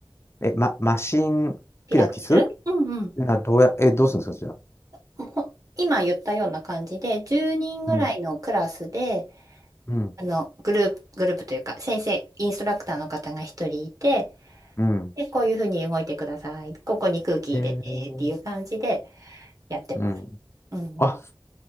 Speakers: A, on the left; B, on the right.
A: え、ま、マシンピラティス
B: ピラティスうんうん。
A: な、どうや、え、どうするんですか、じゃあ。
B: ほほ今言ったような感じで、10人ぐらいのクラスで、
A: うん、うん、
B: あの、グループ、グループというか、先生、インストラクターの方が一人いて、
A: うん。
B: で、こういうふうに動いてください。ここに空気入れてっていう感じで、
A: へえ
B: やってます。
A: うん。
B: うんうん。
A: あ、